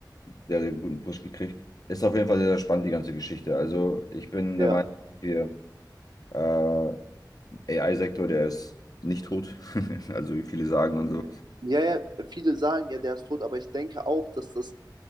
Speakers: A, on the left; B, on the right.
A: Der hat einen guten Push gekriegt. Ist auf jeden Fall sehr, sehr spannend, die ganze Geschichte. Also ich bin
B: Ja.
A: der Meinung, hier, äh, AI-Sektor, der ist nicht tot. <laughs> Also wie viele sagen
B: Mhm.
A: und so.
B: Ja, ja, viele sagen ja, der ist tot, aber ich denke auch, dass das,